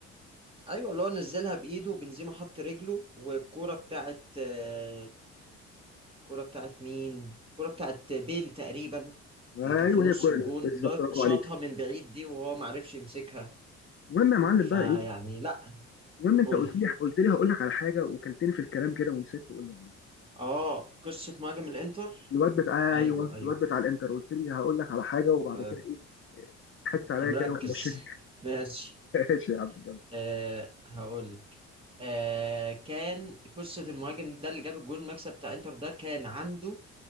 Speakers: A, on the right; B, on the left.
A: ايوه اللي هو نزلها بايده بنزيما حط رجله والكورة بتاعت آه الكورة بتاعت مين؟ الكورة بتاعت بيل تقريبا
B: ايوه
A: اللي كانت في نص
B: هي الكوره
A: الجون
B: دي بالظبط
A: اللي هو
B: برافو
A: شاطها
B: عليك
A: من بعيد دي وهو ما عرفش يمسكها
B: المهم يا معلم
A: فيعني
B: بقى ايه
A: لا
B: المهم انت
A: قول
B: قلت
A: لي
B: لي قلت لي هقول لك على حاجه وكلتني في الكلام كده ونسيت تقول لي
A: اه قصة مهاجم الانتر
B: الواد بتاع
A: ايوه
B: ايوه
A: ايوه
B: الواد بتاع الانتر قلت لي هقول لك على حاجه وبعد
A: انت
B: كده ايه ضحكت
A: أنت
B: عليا
A: مركز
B: كده ومشيت
A: <laughs> ماشي
B: ماشي يا عم بجد
A: آه هقول لك آه كان قصة المهاجم ده اللي جاب الجول المكسب بتاع انتر ده كان عنده